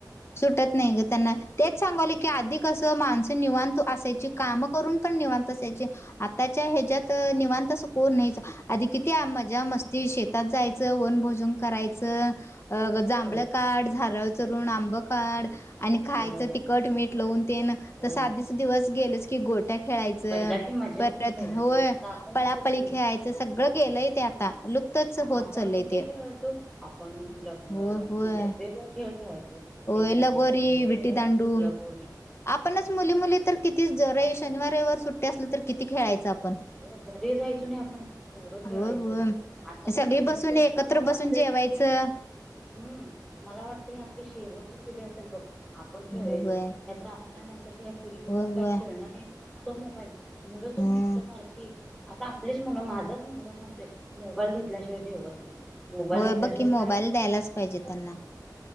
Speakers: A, on the left; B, in the centre.
A: सुटत नाही ग त्यांना तेच सांगवले की आधी कस मानस निवांत असायच काम करून पण निवांत असायचे आताच्या ह्याच्यात निवांत असं कोण नाहीत आधी किती आ मजा मस्ती शेतात जायचं वनभोजन करायचं. अ
B: होय
A: जांभळ
B: होय
A: काढ झाारावर चरुून आंब काढ आणि खायचं
B: होय
A: तिखट मीठ लावून तेन
B: लोन
A: त आधीच दिवस गेलच की गोट खेळायचं
B: पहिल्याची मजा
A: परत
B: ती पहिल्याची
A: होय
B: मजा आता आपणच
A: पळापळी
B: सुखी आहे
A: खेळायचं सगळं गेलंय ते आता. लुप्तच होत
B: आपण
A: चालले
B: किती
A: ते.
B: खेळायचो आपण लग म्हणजे
A: होय होय
B: वेगवेगळे खेळ खेळायचो ते
A: होय
B: जिबलीचे
A: लगोरी
B: खेळ
A: विटीदांडू
B: लगोर
A: आपणच मुली मुली तर किती ज शनिवारवर सुट्टी असलं तर किती खेळायचं आप
B: हो घरी जायचो नाही आपण थोडं खेळायचो
A: होय होय
B: आताच्या
A: सगळी
B: मुली
A: बसून
B: तर
A: एकत्र
B: मला वाटतंय
A: बसून जेवायचं.
B: की नाही हम्म मला वाटतं ही आपली शेवटची पिढी असेल बघ आपण खेळलेले
A: होय होय
B: त्या तर आपल्या नंतरच्या ह्या पिढी
A: होय
B: कोण काही
A: होय
B: खेळण नाही तो मोबाईल मुलं तर
A: हम्म
B: नुसतो बारकी आता आपलीच मुलं मा माझाच मुलगा सांगतोय मोबाईल घेतल्याशिवाय जेवत नाही. मोबाईल
A: व
B: घेतल्याशिवाय
A: बघ की मोबाईल
B: काहीच नाही
A: द्यायलाच पाहिजे त्यांना